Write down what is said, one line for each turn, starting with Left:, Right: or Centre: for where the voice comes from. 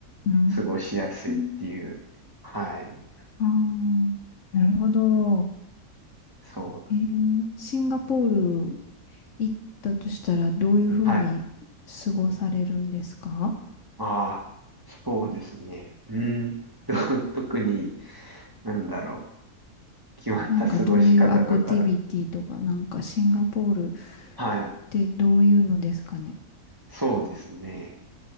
Left: うー
Right: 過ごしやすいっていう。
Left: ん。
Right: はい。
Left: ああ、なるほど。
Right: そう。
Left: えー、シンガポール行ったとしたらどういうふうに
Right: はい。
Left: 過ごされるんですか
Right: ああ、そうですね。うん。と <laughs> 特に、なんだろう。決まった過ごし方とか、
Left: なんかどういうアクティビティとか、なんかシンガポールっ
Right: はい。
Left: てどういうのですかね。
Right: そうですね。